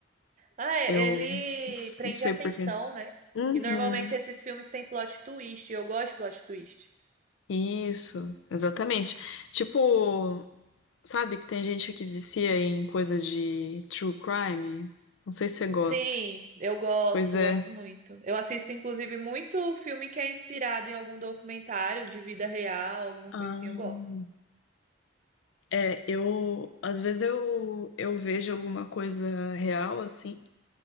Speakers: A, on the right (about 40°); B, on the left (about 75°).
A: Ah, é,
B: Eu
A: ele
B: não s-
A: prende
B: não sei
A: a atenção,
B: por quê.
A: né?
B: Uhum,
A: E normalmente esses filmes têm plot twist, e eu gosto de plot twist.
B: isso, exatamente. Tipo, Sabe que tem gente que vicia em coisa de true crime? Não sei se você gosta.
A: Sim, eu gosto,
B: Pois é.
A: gosto muito. Eu assisto, inclusive, muito filme que é inspirado em algum documentário de vida real, alguma
B: Ah,
A: coisa assim, eu gosto.
B: é, eu às vezes eu, eu vejo alguma coisa real assim,